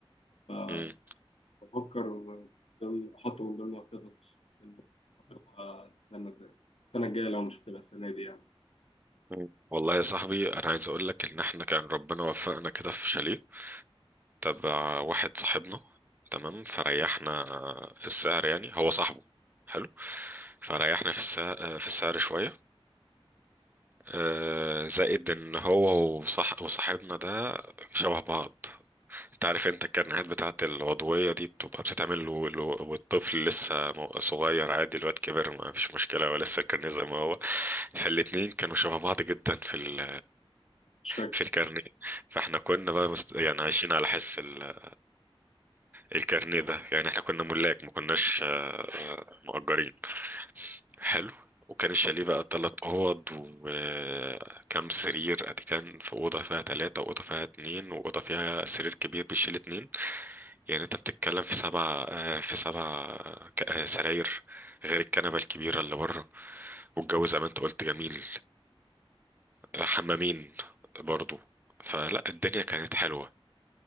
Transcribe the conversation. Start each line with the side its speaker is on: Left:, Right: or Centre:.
Left: فبفكر
Right: مم.
Left: من ضمن- احطه من ضمن الخطط إن أروح السنة الجاية السنة الجاية لو مش هتبقى السنة دي يعني
Right: مم. والله يا صاحبي انا عايز اقول لك ان احنا كان ربنا وفقنا كده في شاليه تبع واحد صاحبنا تمام فريحنا في السعر يعني هو صاحبه حلو فريحنا في السعر في السعر شويه آه، زائد ان هو وصاح وصاحبنا ده شبه بعض انت عارف انت الكرنيهات بتاعت العضوية دي بتبقى بتتعمل له له- والطفل لسه مو- صغير عادي الواد كبر ما فيش مشكلة هو لسه الكرنيه زي ما هو فالاتنين كانوا شبه بعض جدا في ال...
Left: الشكل
Right: في الكرنيه فاحنا كنا بقى مست... يعني عايشين على حس ال... الكرنيه ده يعني احنا كنا ملاك ما كناش آه، مؤجرين حلو وكان الشاليه بقى تلات أوض وكم سرير أدي كان في أوضة فيها تلاتة وأوضة فيها اتنين وأوضة فيها سرير كبير بيشيل اتنين يعني انت بتتكلم في سبع آه، في سبع آه، ك- آه، سراير غير الكنبة الكبيرة اللي بره والجو زي ما انت قلت جميل آه، حمامين برضو فلا الدنيا كانت حلوة